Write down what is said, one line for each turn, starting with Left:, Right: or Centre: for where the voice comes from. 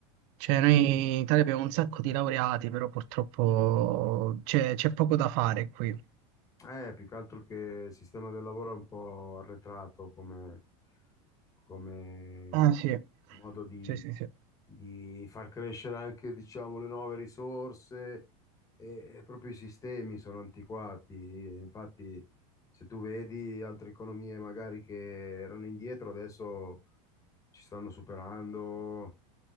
Right: Cioè, noi in Italia abbiamo un sacco di laureati, però purtroppo c'è c'è poco da fare qui.
Left: Eh, più che altro che il sistema del lavoro è un po' arretrato come, come
Right: Ah, sì.
Left: modo di,
Right: Sì, sì, sì.
Left: di far crescere anche, diciamo, le nuove risorse e, e proprio i sistemi sono antiquati. Infatti, se tu vedi altre economie magari che erano indietro, adesso ci stanno superando.